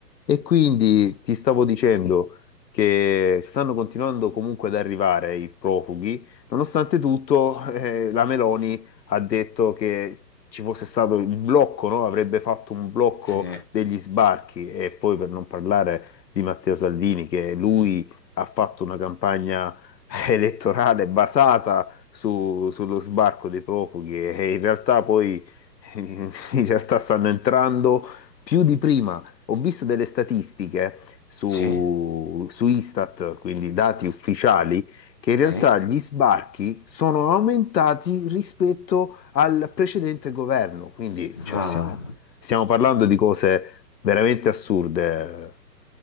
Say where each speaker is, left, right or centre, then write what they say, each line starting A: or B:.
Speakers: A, on the left; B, on the left.
A: E quindi ti stavo dicendo che stanno continuando comunque ad arrivare i profughi, nonostante tutto, <laughs> eh, la Meloni ha detto che ci fosse stato il blocco, no? Avrebbe fatto un blocco
B: Sì,
A: degli sbarchi e poi per non parlare di Matteo Salvini, che lui ha fatto una campagna <laughs> elettorale basata su- sullo sbarco dei profughi e in realtà poi <laughs> in realtà stanno entrando più di prima. Ho visto delle statistiche su,
B: sì,
A: su Istat, quindi dati ufficiali, che in realtà
B: sì.
A: gli sbarchi sono aumentati rispetto al precedente governo. Quindi, cioè,
B: Ah.
A: stiamo, stiamo parlando di cose veramente assurde.